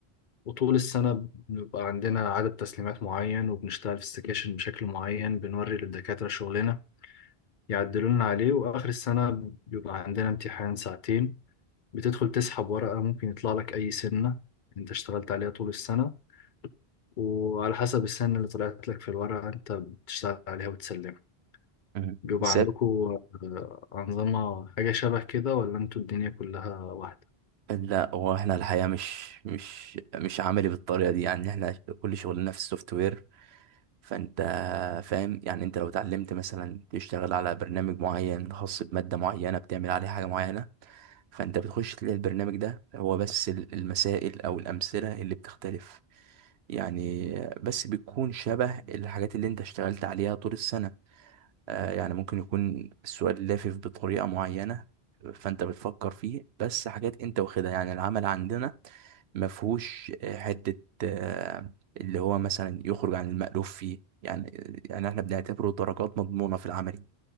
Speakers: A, on the left (about 55°); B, on the right (about 75°).
A: وطول السنة بنبقى عندنا عدد تسليمات معين وبنشتغل في السكاشن بشكل معين بنوري للدكاترة شغلنا يعدلولنا عليه وآخر السنة بيبقى عندنا امتحان ساعتين بتدخل تسحب ورقة ممكن يطلع لك أي سنة أنت اشتغلت عليها طول السنة وعلى حسب السنة اللي طلعت لك في الورقة أنت بتشتغل عليها وتسلمها
B: مم.
A: بيبقى
B: بالذات
A: عندكم آه، أنظمة حاجة شبه كده ولا انتوا الدنيا كلها واحدة؟
B: لا هو احنا الحقيقة مش مش مش عملي بالطريقة دي يعني احنا كل شغلنا في السوفت وير فانت فاهم يعني انت لو اتعلمت مثلا تشتغل على برنامج معين خاص بمادة معينة بتعمل عليه حاجة معينة فانت بتخش تلاقي البرنامج ده هو بس ال- المسائل او الأمثلة اللي بتختلف يعني بس بتكون شبه الحاجات اللي انت اشتغلت عليها طول السنة آه، يعني ممكن يكون السؤال لافف بطريقة معينة فأنت بتفكر فيه بس حاجات أنت واخدها يعني العمل عندنا مفهوش آه، حتة آه، اللي هو مثلا يخرج عن المألوف فيه يعني يعني احنا بنعتبره درجات مضمونة في العملي